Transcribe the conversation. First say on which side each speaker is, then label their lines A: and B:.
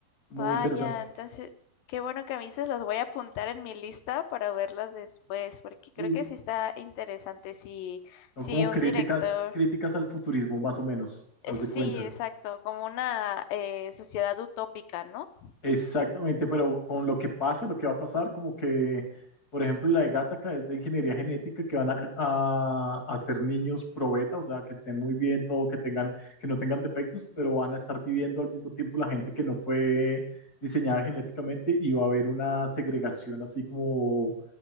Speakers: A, on the left; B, on the left.
A: muy
B: Vaya,
A: interesante.
B: entonces, qué bueno que me dices, las voy a apuntar en mi lista para verlas después, porque creo
A: Y
B: que sí está interesante si,
A: son
B: si
A: como
B: un
A: críticas,
B: director
A: críticas al futurismo, más o menos, haz
B: Eh, Sí,
A: de cuenta.
B: exacto, como una eh, sociedad utópica, ¿no?
A: Exactamente, pero con lo que pasa, lo que va a pasar, como que, por ejemplo, la de Gattaca es de ingeniería genética, que van a, a, a hacer niños pro beta, o sea, que estén muy bien, todo, que tengan, que no tengan defectos, pero van a estar viviendo al mismo tiempo la gente que no fue diseñada genéticamente y va a haber una segregación así como